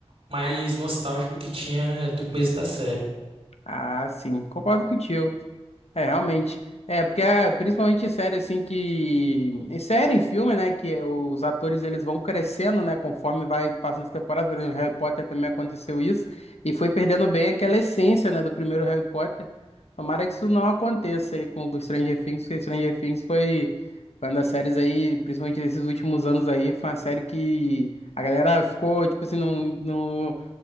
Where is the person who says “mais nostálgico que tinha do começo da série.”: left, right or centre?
Right